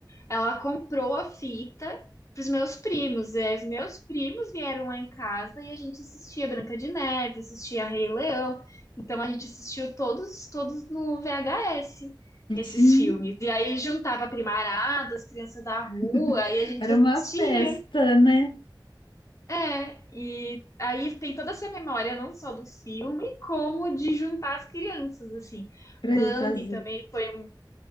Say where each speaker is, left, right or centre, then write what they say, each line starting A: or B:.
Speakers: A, on the left (about 40°); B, on the left (about 85°).
A: ela comprou a fita para os meus primos. E aí, os meus primos vieram lá em casa e a gente assistia Branca de Neve, assistia Rei Leão. Então, a gente assistiu todos, todos no VHS, esses
B: Sim,
A: filmes. E aí, juntava a primarada, as crianças da rua,
B: <laughs>
A: e a gente
B: era
A: assistia.
B: uma festa, né?
A: É, e aí tem toda essa memória, não só do filme, como de juntar as crianças, assim.
B: Para
A: Bambi
B: ir fazer.
A: também foi um,